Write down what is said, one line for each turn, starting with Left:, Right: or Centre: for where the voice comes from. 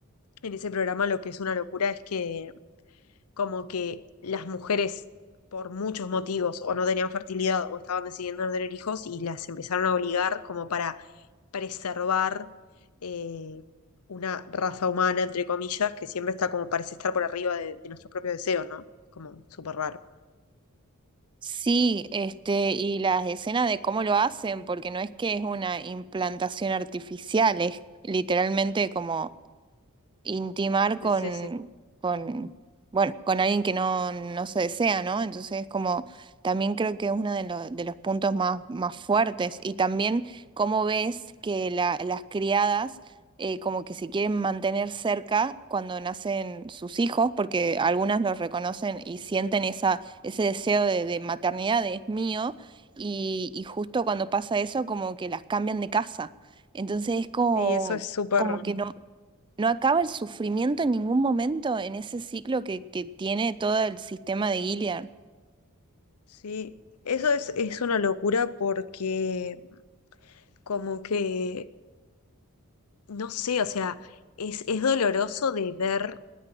Left: en ese programa lo que es una locura es que como que las mujeres por muchos motivos o no tenían fertilidad o estaban decidiendo no tener hijos y las empezaron a obligar como para preservar eh, una raza humana, entre comillas, que siempre está como parece estar por arriba de, de nuestros propios deseos, ¿no? Como súper raro.
Right: Sí, este, y las escenas de cómo lo hacen, porque no es que es una implantación artificial, es literalmente como intimar con,
Left: Sí, sí, sí.
Right: con, bueno, con alguien que no, no se desea, ¿no? Entonces, como también creo que es uno de los, de los puntos más, más fuertes. Y también cómo ves que la- las criadas eh, como que se quieren mantener cerca cuando nacen sus hijos, porque algunas los reconocen y sienten esa, ese deseo de, de maternidad, de es mío, y, y justo cuando pasa eso, como que las cambian de casa. Entonces es como,
Left: Sí, eso es súper,
Right: como que no, no acaba el sufrimiento en ningún momento en ese ciclo que, que tiene todo el sistema de Gilead.
Left: sí, eso es, es una locura porque como que, no sé, o sea, es, es doloroso de ver